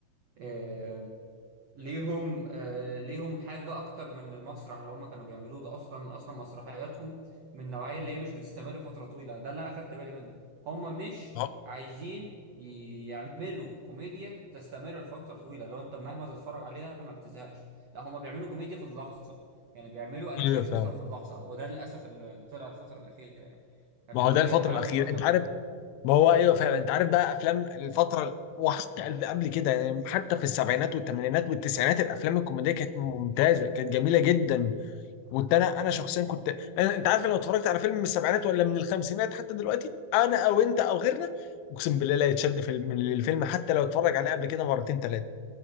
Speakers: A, on the right; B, on the left.
A: آه ليهم آه ليهم حاجة اكتر من المسرح اللي هما كانوا بيعملوه ده اصلا اصلا مسرحياتهم من النوعية اللي هي مش بتستمر فترة طويلة ده اللي انا خدت بالي منه هما مش
B: ما هو
A: عايزين ي- يعملوا كوميديا تستمر لفترة طويلة لو انت مهما تتفرج عليها ما بتزهقش لا هما بيعملوا كوميديا في اللحظة يعني بيعملوا قلاشات
B: ايوه
A: مثلا
B: فعلا
A: في اللحظة وده للأسف اللي طلع الفترة الأخيرة يعني اللي
B: ما هو
A: هو
B: ده الفتره
A: ايه انا هعمل
B: الاخيره
A: مثلا
B: انت عارف ما هو ايوه فعلا انت عارف بقى افلام الفتره وحتى قبل قبل كده يعني حتى في السبعينات والثمانينات والتسعينات الافلام الكوميديه كانت ممتازه كانت جميله جدا كنت انا انا شخصيا كنت أنا انت عارف لو اتفرجت على فيلم من السبعينات ولا من الخمسينات حتى دلوقتي انا او انت او غيرنا اقسم بالله لا يتشد في من الفيلم حتى لو اتفرج عليه قبل كده مرتين ثلاثه